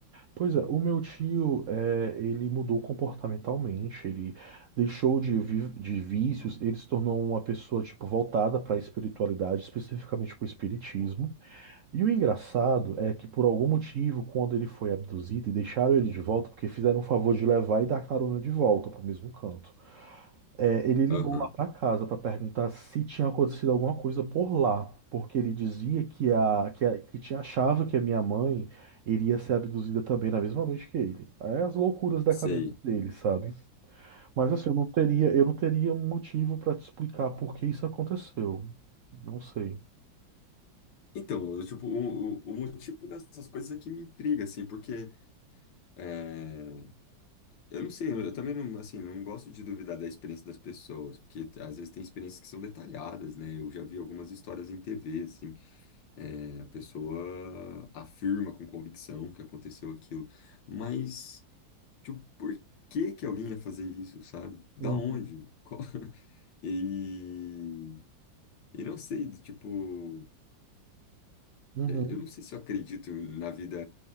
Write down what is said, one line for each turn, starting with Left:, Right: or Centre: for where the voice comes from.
Right: Pois é, o meu tio, é, ele mudou comportamentalmente, ele deixou de, vi- de vícios, ele se tornou uma pessoa, tipo, voltada para a espiritualidade, especificamente para o espiritismo. E o engraçado é que, por algum motivo, quando ele foi abduzido e deixaram ele de volta, porque fizeram o favor de levar e dar carona de volta para o mesmo canto. É, ele ligou
Left: Aham,
Right: lá para casa para perguntar se tinha acontecido alguma coisa por lá, porque ele dizia que a que, a, que tinha- achava que a minha mãe iria ser abduzida também na mesma noite que ele. É as loucuras da
Left: sei.
Right: cabeça dele, sabe? Mas assim, eu não teria eu não teria um motivo para te explicar por que isso aconteceu. Não sei.
Left: Então, eu, tipo, o, o o motivo dessas coisas é que me intriga, assim, porque eh, Eu não sei, eu também não, assim, não gosto de duvidar da experiência das pessoas, porque às vezes tem experiências que são detalhadas, né? Eu já vi algumas histórias em TV, assim, é, a pessoa afirma com convicção que aconteceu aquilo, mas, tipo, por que que alguém ia fazer isso, sabe? Da
Right: Uhum,
Left: onde? Qual- <laughs> E, e não sei, do tipo
Right: uhum,
Left: eh, Eu não sei se eu acredito na vida